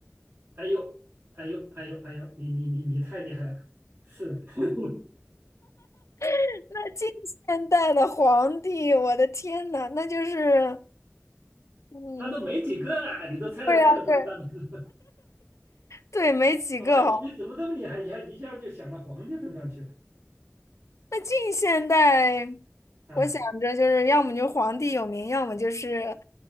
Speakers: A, on the right (about 45°); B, on the left (about 75°).
A: 哎呦，哎呦，哎呦，哎呦，你你你你太厉害了，是，<laughs>
B: <laughs> 那近现代的皇帝，我的天呐，那就是，嗯，
A: 那都没几个了，你都猜到这个份上了
B: 对呀，对
A: <laughs>
B: 对，没几个。
A: 啊！你你怎么这么厉害，一下一下就想到皇帝身上去了
B: 那近现代，
A: 啊？
B: 我想着就是要么就皇帝有名，要么就是，